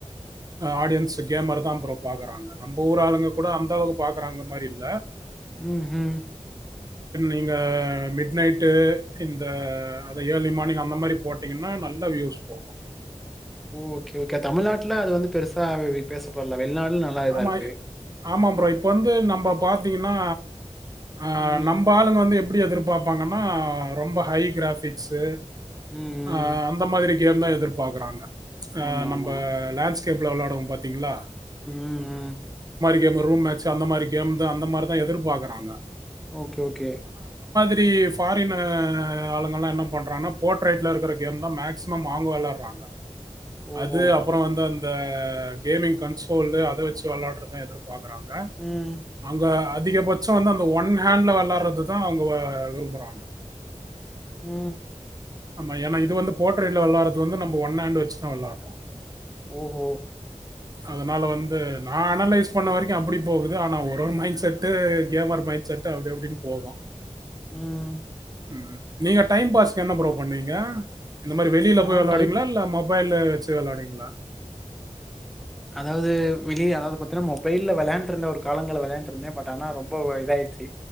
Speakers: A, on the right; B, in the centre.
A: ஆடியன்ஸ் கேமர் தா ப்ரோ பாக்கறாங்க நம் ஊர் ஆளுங்க கூட அந்தா வந்து பாக்கறாங்க மாரி இருக் ல்ல
B: உம் ஹும்
A: நீங்க மிட் நைட்டு இந்த அத ஏர்லி மார்னிங் அந்த மாரி போட்டீங்கன்னா நல்ல வியூஸ் போகு
B: ஓகே ஓகே தமிழ்நாட்டுல அது வந்து பெருசா அது பேசப்படல வெளிநாடு நல்லா இதா
A: ஆமா
B: இருக்கு
A: ஆமா ப்ரோ இப்போ வந்து நம்ம பாத்தீங்கன்னா ஆஹ்
B: ம்.
A: நம்ப ஆளுங்க வந்து எ எப்டி எதிர்பாப்பாங்கன்னா ரொம்ப ஹை கிராஃபிக்ஸ்ஸு
B: ம், ம்.
A: ஆஹ் அந்த மாதிரி டியந்தா எதிர்பாக்கறாங்க ஆ
B: ஆமாமா.
A: நம்ப லேண்ஸ் டேப்ல வெளாடுவோ பாத் திங்களா
B: உஹ்ம் உஹ்ம்
A: கேம் ரூம் மாச் அந்த மாரி கேம்தா அந்த மாரிதா எதிர்பாக்குறாங்க
B: ஓகே ஓகே
A: எப்டி ஃபாரின் ஆளுங்கல்லா என்ன பண்றாங்கன்னா போட்ரேட்ல இருக்குற கேம் தா மேக்சிமம் அவங்க வெளாடுறாங்க
B: ஓஹோ!
A: அது அப்புறொ வந்து அந் இந்த கேமிங் கன்சோலு அ த வச்சு வெளாடுறத எதிர் பாக்குறாங்க
B: ம்,
A: அங்க அ திகபட்சொ வந்து அந்த ஒன் ஹேண்ட்ல வெளாடுறதுதா அவங்க விரும்புறாங்க
B: உம்
A: ஆமா ஏன்னா இது வந்து போட்ரேல வெளாடுறது வந்து நம்ம ஒன்ஹாண்ட் வச்சுதா வெளாடுறோ
B: ஒஹோ
A: அதனால வந்து நா அனலைஸ் பண்ண வரைக்கு அப்படி போகுது ஆனா ஒரு ஒரு mindset gamer mindset அப்படி அப்படின்னு போதா
B: உஹ்ம்
A: ம் நீங்க டைம் பாஸ்க்கு என்ன ப்ரோ பண்ணுவீங்க இந்த மாரி வெளில
B: நான்
A: போய் வெளாடுவீங்களா
B: டைப்
A: இல்ல மொப் மொபைலு வச்சு வெளாடுவீங்களா
B: அதாவது விளிய அதாவது பாத்தீங்கன்னா மொபைல்ல வெளாண்டுருந்த ஒரு காலங்கள வெளாண்டு இருந்தே பட் ஆனா ரொம்ப இதாயிடுச்சு